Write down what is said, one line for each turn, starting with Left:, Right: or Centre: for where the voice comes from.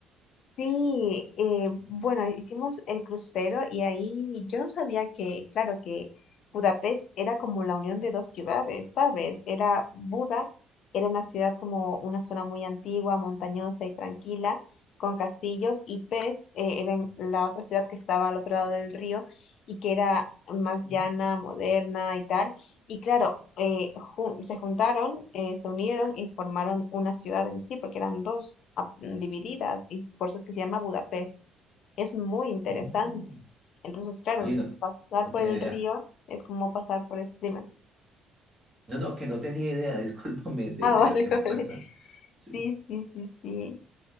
Left: Sí, eh, bueno, hicimos el crucero y ahí yo no sabía que, claro, que Budapest era como la unión de dos ciudades, ¿sabes? Era Buda, era una ciudad como una zona muy antigua, montañosa y tranquila, con castillos, y Pest, eh, era en la otra ciudad que estaba al otro lado del río y que era más
Right: Ujú.
Left: llana, moderna y tal. Y claro, eh, jun- se juntaron, eh, se unieron y formaron una ciudad en sí, porque eran dos ah, mm, divididas, y por eso es que se llama Budapest. Es muy interesante.
Right: Oh,
Left: Entonces, claro,
Right: oye, no,
Left: pasar
Right: no
Left: por
Right: tenía
Left: el
Right: idea.
Left: río es como pasar por este... dime.
Right: No, no, que no tenía idea, <laughs> discúlpame de,
Left: Ah,
Right: de
Left: <laughs> vale,
Right: lo que
Left: vale.
Right: me cuentas. Sí.
Left: Sí, sí, sí, sí.